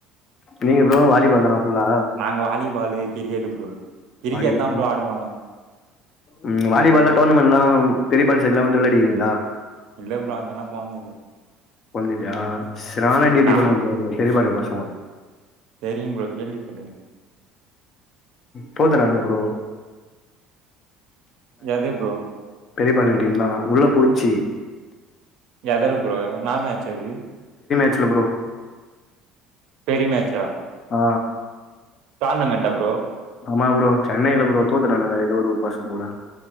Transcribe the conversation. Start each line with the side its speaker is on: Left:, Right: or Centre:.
Left: நீங்க ப்ரோ வாலிபால் தானா ஃபுல்லா
Right: நாங்க வாலிபாலு கிரிக்கெட ப்ரோ கிரிக்கெட்
Left: வாலிபால்
Right: தா ப்ரோ ஆடுவோ ஆனா
Left: ம் வாலிபால்ல்ளா டோர்னமெண்ட்ல்லா பெரிய ப சைட்லா வந்து விளையாடிர்கீங்களா
Right: இல்ல ப்ரோ அங்கனா போதுல்ல
Left: போனதில்லையா சரி நானே டி டி
Right: நான்
Left: பண்ணுவே ப்ரோ பெரிய பாலு பசங்க
Right: தெரியும் ப்ரோ கேள்விப்பட்ருக்கே
Left: தோத்துட்டானுங்க ப்ரோ
Right: எது ப்ரோ
Left: பெரியபாலண் டீம் தா உள்ள போச்சு
Right: எதரு ப்ரோ நாமேச்சது
Left: ச்சல ப்ரோ
Right: பெரிய மேட்சா
Left: ஆ
Right: டோர்னமெண்ட்டா ப்ரோ
Left: ஆமா ப்ரோ சென்னையில ப்ரோ தோத்துட்டானுங்க ஏதோ ஒரு ஒரு பசங்க கூட